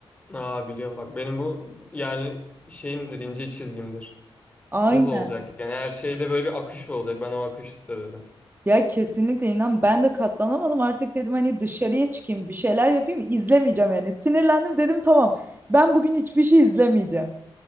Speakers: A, on the left; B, on the right.
A: Aa biliyorum bak benim bu yani şeyimdir ince çizgimdir.
B: Aynen.
A: Hız olacak yani her şeyde böyle bir akış olacak ben o akışı severim.
B: Ya kesinlikle inan ben de katlanamadım. Artık dedim hani dışarıya çıkayım bir şeyler yapayım izlemeyeceğim yani. Sinirlendim dedim tamam ben bugün hiçbir şey izlemeyeceğim.